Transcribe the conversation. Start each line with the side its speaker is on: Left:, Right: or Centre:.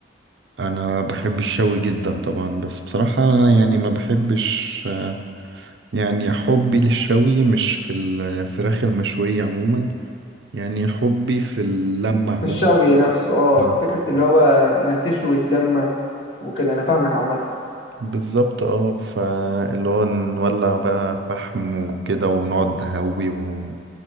Right: انا بحب الشوي جدا طبعا بس بصراحة أنا يعني ما بحبش آه، يعني حبي للشوي مش في الفراخ المشوية عموما يعني حبي في اللمة عموما
Left: في الشوي نفسه اه
Right: مم.
Left: في فكرة اللي هو انك تشوي وتلمى وكده انا فاهمك عامة
Right: بالظبط اه فاللي هو نولع بقى فحم وكده ونقعد نهوي و...